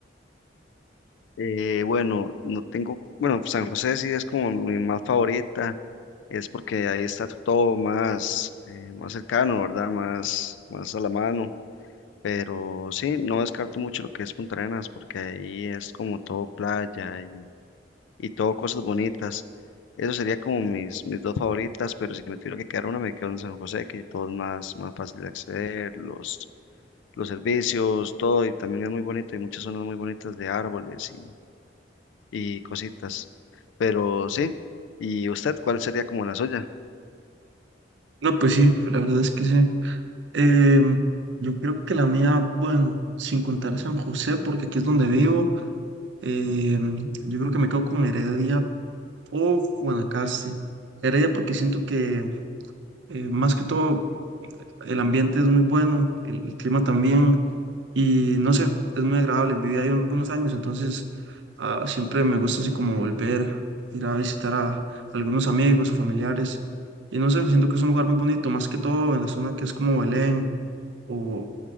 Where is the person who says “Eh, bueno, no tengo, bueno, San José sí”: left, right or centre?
Left